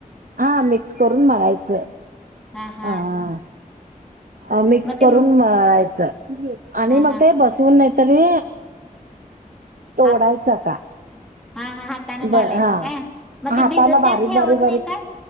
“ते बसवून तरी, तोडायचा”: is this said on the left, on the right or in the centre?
Right